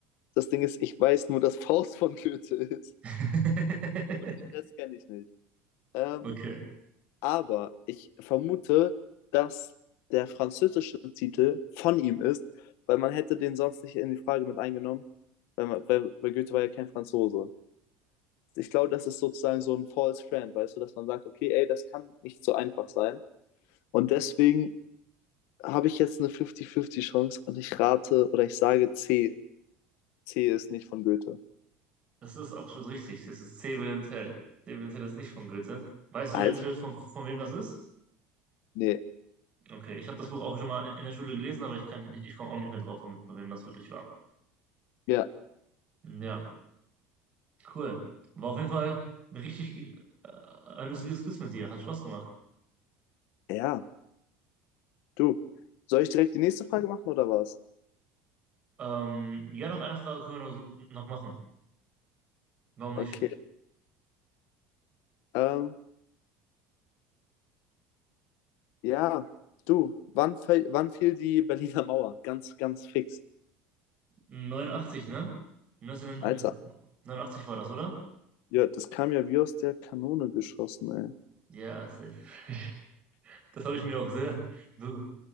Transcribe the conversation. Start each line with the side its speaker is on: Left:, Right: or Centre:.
Left: das Ding ist, ich weiß nur, dass Faust von Goethe ist.
Right: <laughs>
Left: Und den Rest kenne ich nicht. Ähm,
Right: Okay,
Left: aber ich vermute, dass der französische Titel von ihm ist, weil man hätte den sonst nicht in die Frage mit eingenommen, weil, man, weil, weil Goethe war ja kein Franzose. Ich glaube, das ist sozusagen so ein false friend, weißt du, dass man sagt, okay, ey, das kann nicht so einfach sein. Und deswegen habe ich jetzt eine 50-50 Chance und ich rate oder ich sage C. C ist nicht von Goethe.
Right: das ist absolut richtig. Das ist C. Wilhelm Tell. C. Wilhelm Tell ist nicht von Goethe. Weißt du
Left: Alter,
Right: eventuell, von, von wem das ist?
Left: nee,
Right: Okay, ich habe das Buch auch schon mal in, in der Schule gelesen, aber ich kann, ich, ich komme auch nicht mehr drauf, von, von wem das wirklich war.
Left: ja,
Right: Ja, cool. War auf jeden Fall ein richtig äh, äh, lustiges Quiz mit dir. Hat Spaß gemacht.
Left: ja, du. Soll ich direkt die nächste Frage machen oder was?
Right: Ähm, ja, noch eine Frage können wir noch, noch machen. Warum nicht?
Left: Okay. Ähm, ja, du, wann, fäll- wann fiel die Berliner Mauer? Ganz, ganz fix.
Right: 89, ne? 1989
Left: Alter,
Right: war das, oder?
Left: ja, das kam ja wie aus der Kanone geschossen, ey.
Right: Ja, safe. <laughs> Das habe ich mir auch sehr so,